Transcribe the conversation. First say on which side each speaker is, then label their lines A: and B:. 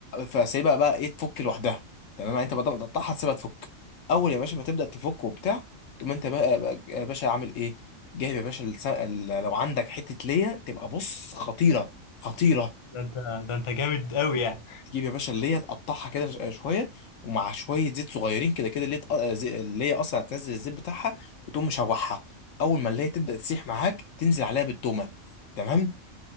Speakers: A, on the left; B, on the left.
A: فسيبها بقى ايه تفك لوحدها تمام يعني انت بدل ما تقطعها تسيبها تفك اول يا باشا ما تبدا تفك وبتاع تقوم انت بقى, بقى يا باشا عامل ايه جايب يا باشا الس- ال- لو عندك حته ليا تبقى بص خطيره خطيره
B: ده انت ده انت جامد قوي يعني
A: تجيب يا باشا اللي هي تقطعها كده ش- شويه ومع شويه زيت صغيرين كده كده اللي هي اللي هي اصلا هتنزل الزيت بتاعها وتقوم مشوحها اول ما اللي هي تبدا تسيح معاك تنزل عليها بالتومه تمام